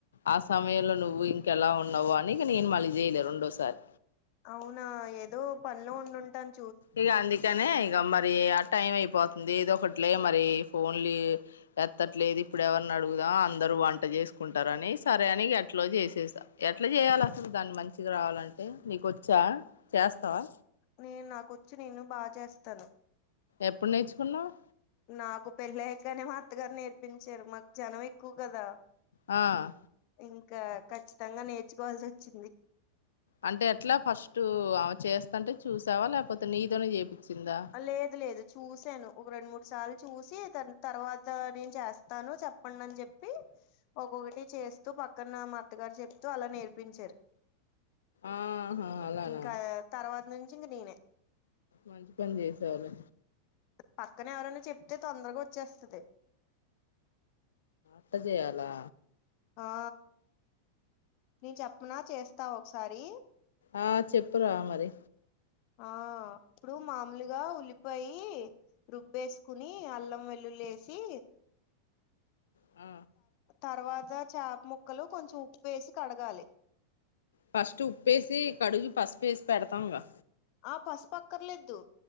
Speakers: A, on the left; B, on the left.
A: ఆ సమయంలో నువ్వు ఇంకెలా ఉన్నావు అని నేను మళ్ళీ చేయలేదు రెండోసారి
B: అవునా ఏదో పనిలో వండుంటాను
A: ఇక అందుకనే ఇక మరి ఆ టైం అయిపోతుంది ఏదో ఒకటిలే మరి ఫోన్లీ ఎత్తట్లేదు ఇప్పుడెవరిని అడుగుదాం అందరూ వంట చేసుకుంటారని సరే అని ఏట్లో చేసేసా ఎట్లా చేయ్యాలి అసలు దాన్ని మంచిగా రావాలంటే నీకొచ్చా చేస్తావా
B: నే నాకొచ్చు నేను బా చేస్తాను
A: ఎప్పుడు నేర్చుకున్నావ్
B: నాకు పెళ్ళయకనే అత్తగారు నేర్పించారు మాకు జనం ఎక్కువ కదా
A: ఆ
B: ఇంకా ఖచ్చితంగా నేర్చుకోవాల్సి వచ్చింది
A: అంటే ఎట్లా ఫస్ట్ ఆమ చేస్తంటే చూసావా లేకపోతే నీతోని చేపిచ్చిందా
B: లేదు లేదు చూసాను ఒక రెండు మూడు సార్లు చూసి తర్వాత నేను చేస్తాను చెప్పండి అని చెప్ ప్పి ఒక్కొక్కటి చేస్తూ పక్కన మా అత్తగారు చెప్తూ అలా నేర్పించారు
A: ఆహా అలానా
B: ఇంకా తర్వాత నుంచి ఇంక నేనే
A: మంచి పని చేసావులే
B: పక్కన ఎవరైనా చెప్తే తొందరగా వచ్చేస్తది
A: స్త చేయాలా
B: ఆ నేను చెప్పన చేస్తావా ఒకసారి
A: ఆ చెప్పురా మరి
B: ఆ ఇప్పుడు మామలుగా ఉల్లిపాయి రుబ్బేసుకుని అల్లం వెల్లుల్లి ఏసి
A: ఆ
B: తర్వాత చాప ముక్కలు కొంచెం ఉప్పు వేసి కడగాలి
A: ఫస్ట్ ఉప్పేసి కడిగి పసుపేసి పెడతామ్ గా
B: ఆ పసుపుపక్కర్లేదు